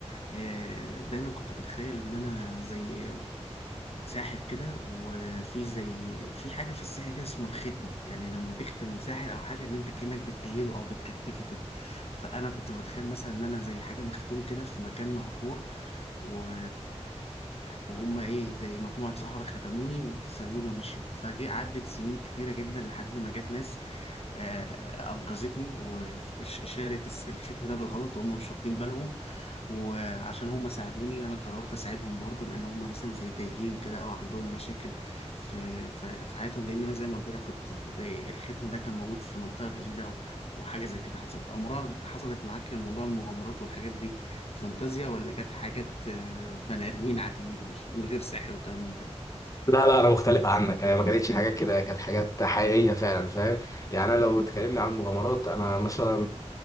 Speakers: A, on the left; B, on the left.
A: آه، دايما كنت بتخيل ان انا زي ساحر كده وفي زي في حاجة في السحر كده اسمه الختم يعني لما تختم ساحر أو حاجة إن أنت كأنك بتأيده أو بتكتفه كده فأنا كنت بتخيل مثلا إن أنا زي حاجة مختوم كده في مكان مهجور و... وهم إيه زي مجموعة سحرة ختموني وسابوني ومشيوا فجي عدت سنين كتيرة جدا لحد ما جت ناس آه، أنقذتني وشالت الس- الختم ده بالغلط وهم مش واخدين بالهم وعشان هم ساعدوني انا قررت اساعدهم برضو لان هم مثلا زي تايهين كده او عندهم مشاكل في في في حياتهم لان انا زي ما قلت لك كنت زي الختم ده كان موجود في منطقه بعيده و- وحاجه زي كده حصلت عمرها حصلت معاك موضوع المغامرات والحاجات دي في فانتازيا ولا كانت حاجات آه، بني ادمين عاديين مش من غير سحر والكلام من ده
B: لا لا انا مختلف عنك هي ما كانتش حاجات كده كانت حاجات حقيقيه فعلا فاهم يعني انا لو اتكلمنا عن المغامرات انا مثلا